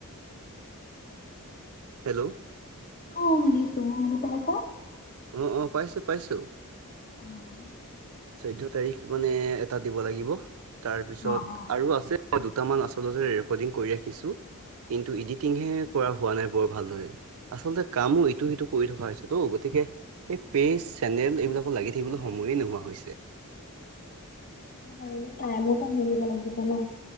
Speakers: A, on the right; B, on the left.
A: হেল্ল'
B: অ শুনিছো শুনি পাইছা?
A: অ অ পাইছো পাইছো।
B: অ',
A: চৈধ্যয় তাৰিখ মানে এটা দিব লাগিব, তাৰপিছত
B: অ', অ',
A: আৰু আছে। অ দুটামান আচলতে ৰেকৰ্ডিং কৰি ৰাখিছো। কিন্তু এডিটিংহে কৰা হোৱা নাই বৰ ভালদৰে। আচলতে কামো ইটো সিটো কৰি থকা হৈছে তো গতিকে।
B: অ',
A: এই পেজ চেনেল এইবিলাকো লাগি থাকিবলৈ সময়ে নোহোৱা হৈছে।
B: বাৰু টাইমোটো মিলিব লাগিব ন?